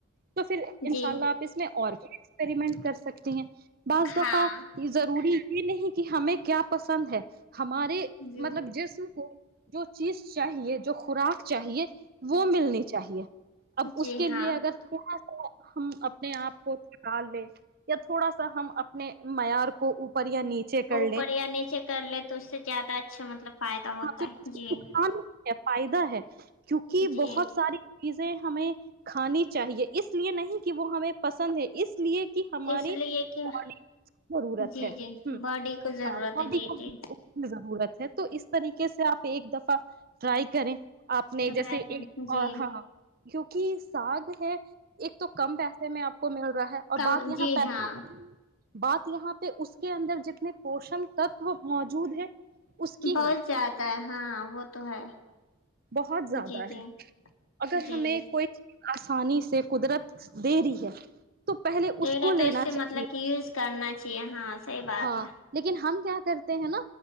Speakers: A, on the right (about 45°); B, on the left (about 85°).
A: تو پھر انشاء
B: جی
A: اللہ آپ اس میں اور ایکسپریمنٹ کر سکتی ہیں بس
B: ہاں
A: دفع یہ ضروری نہیں کہ ہمیں کیا پسند ہے ہمارے
B: جی
A: مطلب جسم کو جو چیز چاہیے جو خوراک چاہیے وہ ملنی چاہیے اب
B: جی
A: اس کے
B: ہاں
A: لیے اگر تھوڑا سا ہم اپنے آپ کو لے یا تھوڑا سا ہم اپنے معیار کو کو اوپر یا نیچے کر
B: اوپر
A: لیں
B: یا نیچے کر لے تو اس سے زیادہ اچھا مطلب فائدہ ہوتا
A: تواں
B: ہے جی
A: فائدہ ہے کیونکہ
B: جی
A: بہت سار ہمیں کھانی چاہیے اس لیے نہیں کہ وہ ہمیں پسند ہے اس لیے کہ ہمارے
B: اس لیے کہ
A: باڈی کو ضرورت
B: جی
A: ہے
B: جی
A: ہ
B: باڈی کو ضرورت
A: ہاں باڈی
B: ہے جی
A: کو
B: جی
A: ضرورت ہے تو اس طریقے سے آپ ایک دفہ ٹرائی کریں آپ نے
B: ٹرائی
A: جیسے
B: کر جی
A: ہاں کیوںکہ ساگ ہے ایک تو کم پیسے میں آپ کو مل رہا ہے اور
B: کم
A: بات یہاں
B: جی
A: پس
B: ہاں
A: بات یہاں پہ اس کے اندر جتنے پوشن تتو موجود ہے اس کی
B: بہت
A: ہے
B: زیادہ ہے ہاں وہ تو ہے
A: بہت زیادہ
B: جی جی
A: ہے اگر
B: جی
A: ہمیں کوئی چیز آسانی سے قدرت دے رہی ہے تو پہلے
B: ے
A: کو
B: تو
A: لینا
B: اس سے
A: چاہیے
B: مطلب کہ یوز کرنا چاہیے ہاں صحیح بات
A: ہاں
B: ہے
A: لیکن ہم کیا کرتے ہیں نا